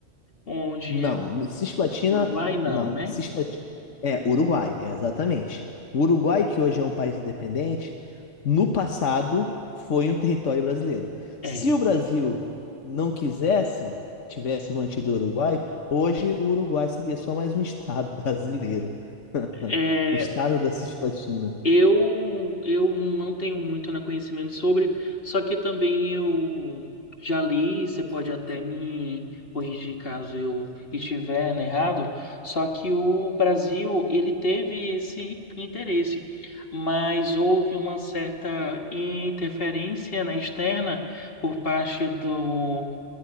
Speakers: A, on the left; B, on the left.
A: onde
B: Não,
A: é
B: me- Cisplatina,
A: Uruguai, não,
B: não,
A: né?
B: Cisplatina, é, Uruguai, é, exatamente. O Uruguai, que hoje é um país independente, no passado foi um território brasileiro.
A: É.
B: Se o Brasil não quisesse, tivesse mantido o Uruguai, hoje o Uruguai seria só mais um estado <laughs> brasileiro, <laughs>
A: é
B: o estado da Cisplatina.
A: Eu, eu não tenho muito né, conhecimento sobre, só que também eu já li, e você pode até me corrigir caso eu estiver né, errado, só que o Brasil, ele teve esse interesse, mas houve uma certa interferência né, externa por parte do...